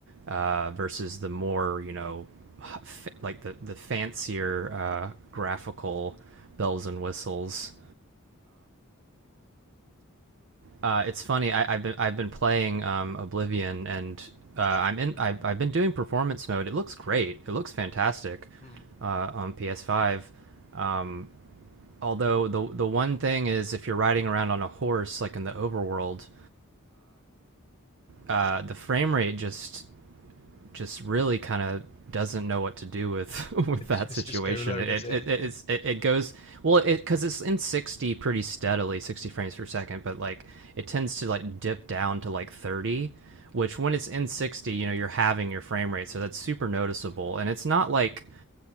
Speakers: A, on the right; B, on the left.
A: uh, versus the more you know f- like the the fancier uh, graphical bells and whistles. Uh, it's funny. I, I've been I've been playing um, Oblivion, and uh, I'm in. I've, I've been doing performance mode. It looks great. It looks fantastic
B: Mm.
A: uh, on PS5. Um, although the the one thing is, if you're riding around on a horse, like in the overworld, uh, the frame rate just just really kind of doesn't know what to do with <laughs> with
B: It's
A: that
B: <laughs> just
A: situation.
B: just go low,
A: It
B: does it?
A: it it's, it, it goes well it because it's in sixty pretty steadily, sixty frames per second, but like it tends to like dip down to like thirty, which when it's in sixty, you know, you're having your frame rate, so that's super noticeable. And it's not like